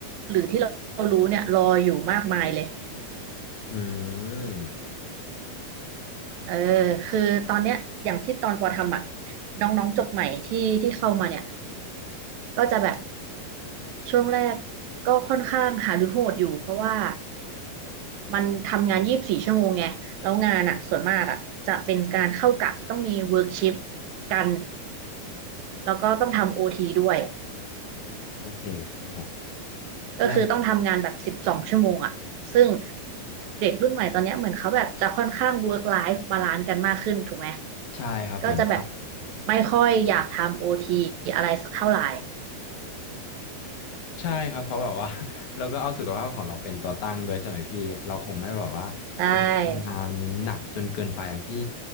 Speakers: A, on the right; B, on the left.
A: หรือที่เรารู้เนี่ยรออยู่มากมายเลย
B: อืม
A: เออคือตอนเนี้ยอย่างที่ตอนปอทำอ่ะน้องๆจบใหม่ที่ที่เข้ามาเนี่ยก็จะแบบ ช่วงแรกก็ค่อนข้างหาหรือโหดอยู่เพราะว่ามันทำงานยี่สิบสี่ชั่วโมงไงแล้วงานอ่ะส่วนมากอ่ะจะเป็นการเข้ากะต้องมีเวิร์กชิฟกันแล้วก็ต้องทำโอทีด้วย
B: อืมโอเคครับผม
A: ก็คือต้องทำงานแบบสิบสองชั่วโมงอ่ะซึ่ง
B: แล้ว
A: เด็กรุ่นใหม่ตอนเนี้ยเหมือนเขาแบบจะค่อนข้างเวิร์กไลฟ์บาลานซ์กันมากขึ้นถูกไหม
B: ใช่ครับเหมือน
A: ก็จะแบบไม่ค่อยอยากทำโอทีอะไรสักเท่าไหร่
B: ใช่ครับเพราะแบบว่า <laughs> เราก็เอาสุขภาพของเราเป็นตัวตั้งด้วยใช่ไหมพี่เราคงไม่แบบว่า
A: ใช่
B: งานหนักจนเกินไปอะพี่